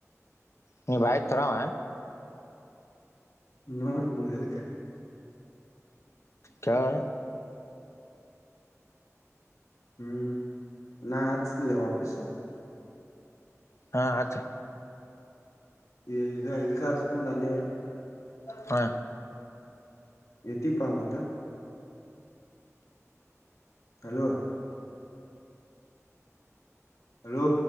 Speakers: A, on the left; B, on the left.
A: ನೀ ಬೈಕ್ ತರಾವ.
B: ನೋಡ್ತನಿ ಎದುಕ.
A: ಕೇಳ
B: ಹ್ಮ್ ನಾ ಹಚ್ತಿನಲೇ ವಾಫೀಸ.
A: ಹಾ ಹಚ್ಚು.
B: ಯು ಇದು ಇದುಕೆ ಹಸ್ತೀನಿ ನೋಡ ಅಲ್ಲೆ ಇರು.
A: ಹ
B: ಎತಿ ಪಾಮತ್ ಹಲೋ ಹಲೋ